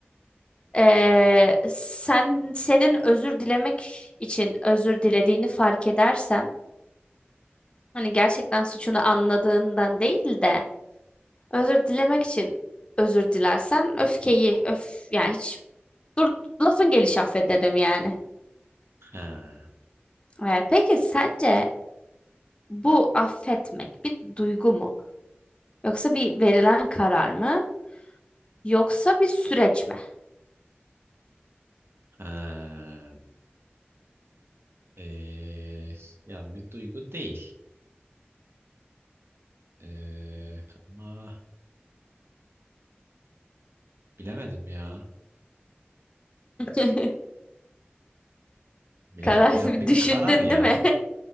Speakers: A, on the left (about 25°); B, on the right (about 80°).
A: Ee,
B: Hı hı.
A: sen senin özür dilemek için özür dilediğini fark edersem, hani gerçekten suçunu anladığından değil de özür dilemek için özür dilersen öfkeyi öf yani hiç dur lafın gelişi affederim yani.
B: Ha,
A: Evet, peki sence bu affetmek bir duygu mu? Yoksa bir verilen karar mı? Yoksa bir süreç mi?
B: ha. E, yani bir duygu değil. E, ama bilemedim ya.
A: <laughs>
B: Bile,
A: Karar
B: ya
A: bir
B: bir
A: düşündün
B: karar ya.
A: değil mi?